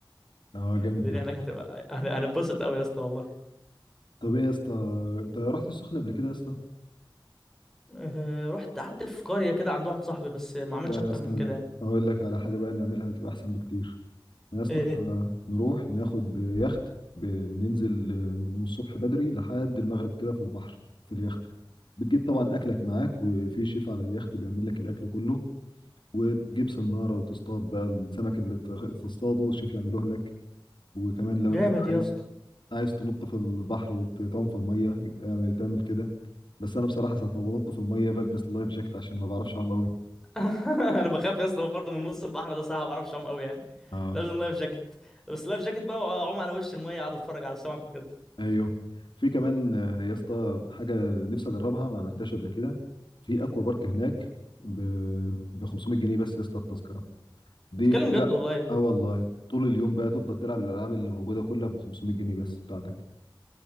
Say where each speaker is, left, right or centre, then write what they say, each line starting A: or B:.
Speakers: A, on the left; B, in the centre.
A: اه جامد
B: الدنيا
A: ده
B: هناك هتبقى هن- هنتبسط قوي يا اسطى والله
A: طب ايه يا اسطى انت رحت السخنه قبل كده يا اسطى
B: أه... رحت قعدت في قرية كده عند واحد صاحبي بس ما عملتش
A: لا
B: اكتر
A: يا اسطى
B: من
A: أنا
B: كده يعني
A: هقول لك على حاجه بقى نعملها هتبقى احسن بكتير يا اسطى
B: ايه
A: نروح ناخد يخت بننزل من الصبح بدري لحد المغرب كده في البحر في اليخت بتجيب طبعا اكلك معاك وفي شيف على اليخت بيعمل لك الاكل كله وتجيب صناره وتصطاد بقى السمك اللي ت- تصطاده الشيف يعمله لك وكمان لو
B: جامد
A: انت بقى
B: يا
A: عايز
B: اسطى
A: عايز تنط في البحر وتنفض ميه اعمل- تعمل كده بس انا بصراحه ساعه ما بنط في الميه بلبس اللايف جاكيت عشان ما بعرفش اعوم
B: <laughs> انا بخاف يا اسطى برضه من نص البحر ده صح ما بعرفش اعوم قوي يعني
A: قوي
B: لازم لايف جاكيت بس لايف جاكيت بقى واعوم على وش المية اقعد اتفرج على السمك وكده
A: ايوه في كمان آه، يا اسطى حاجه نفسي اجربها ما عملتهاش قبل كده في اكوا بارك هناك ب 500 جنيه بس يا اسطى التذكره دي
B: تتكلم جد
A: لا
B: والله
A: اه والله طول اليوم بقى تفضل تلعب الالعاب اللي موجوده كلها ب 500 جنيه بس بتاعتك